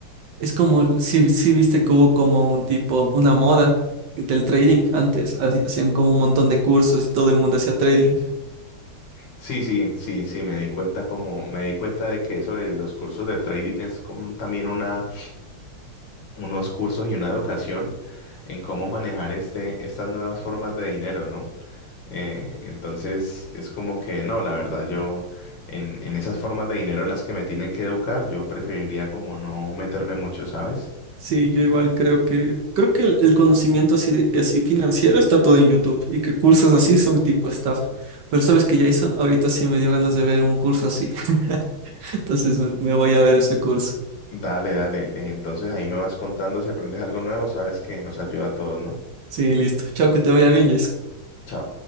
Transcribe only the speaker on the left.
Sí, sí, sí, sí, me di cuenta como, me di cuenta de que eso de los cursos de trading es como también una unos cursos y una educación en cómo manejar este, estas nuevas formas de dinero, ¿no? Eh, entonces es como que no, la verdad yo en, en esas formas de dinero en las que me tienen que educar, yo preferiría como no meterme mucho, ¿sabes?
Dale, dale. eh, Entonces ahí me vas contando si aprendes algo nuevo, sabes que nos ayuda a todos, ¿no?
Chao.